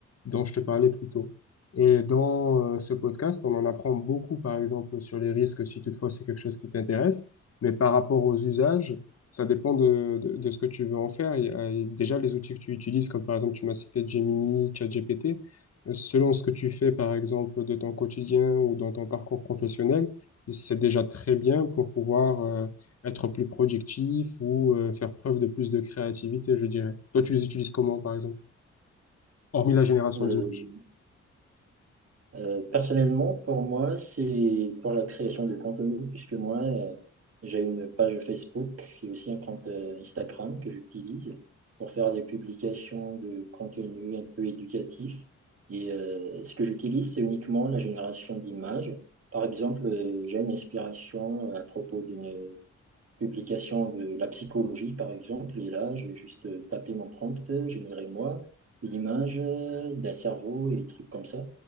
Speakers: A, on the left; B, on the right.
A: dont je te parlais plus tôt. Et dans euh, ce podcast, on en apprend beaucoup, par exemple, sur les risques, si toutefois c'est quelque chose qui t'intéresse. Mais par rapport aux usages, ça dépend de, de, de ce que tu veux en faire. Il y a- il y a déjà, les outils que tu utilises, comme par exemple, tu m'as cité Gemini, ChatGPT, euh, selon ce que tu fais, par exemple, de ton quotidien ou dans ton parcours professionnel, c'est déjà très bien pour pouvoir euh, être plus productif ou euh, faire preuve de plus de créativité, je dirais. Toi, tu les utilises comment, par exemple? Hormis la génération
B: Euh,
A: d'images.
B: euh, personnellement, pour moi, c'est pour la création de contenu, puisque moi, euh, j'ai une page Facebook et aussi un compte euh, Instagram que j'utilise pour faire des publications de contenu un peu éducatif. Et euh, ce que j'utilise, c'est uniquement la génération d'images. Par exemple, euh, j'ai une inspiration à propos d'une publication de la psychologie, par exemple, et là, je vais juste euh, taper mon prompt, générer moi l'image euh, d'un cerveau et des trucs comme ça.